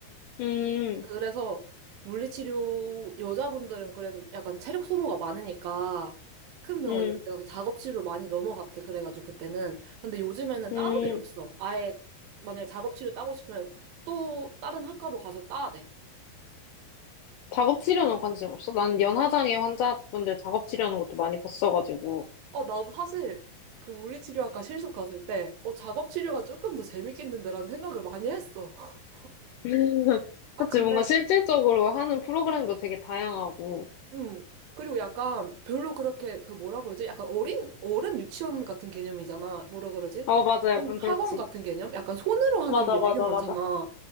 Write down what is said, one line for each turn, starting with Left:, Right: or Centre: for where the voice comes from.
Left: 음,
Right: 그래서 물리치료 여자분들은 그래도 약간 체력 소모가 많으니까 큰 병원
Left: 음,
Right: 이런 데 가서 작업치료 많이 넘어갔대 그래가지고 그때는 근데 요즘에는
Left: 음.
Right: 따로 되어 있어 아예 만약에 작업치료 따고 싶으면 또 다른 학과로 가서 따야 돼
Left: 작업치료는 관심 없어? 난 연하장애 환자분들 작업치료하는 것도 많이 봤어가지고.
Right: 아, 나도 사실 그 물리치료학과 실습 갔을 때, 어, 작업치료가 조금 더 재밌겠는데라는 생각을 많이 했어. <laughs>
Left: <laughs>
Right: 아,
Left: 그치,
Right: 근데
Left: 뭔가 실질적으로 하는 프로그램도 되게 다양하고.
Right: 음, 그리고 약간 별로 그렇게 그 뭐라 그러지? 약간 어린, 어른 유치원 같은 개념이잖아. 뭐라 그러지?
Left: 아, 맞아. 약간
Right: 어른 학원
Left: 그렇지.
Right: 같은 개념? 약간 손으로 하는
Left: 맞아,
Right: 게
Left: 맞아,
Right: 되게 많잖아.
Left: 맞아.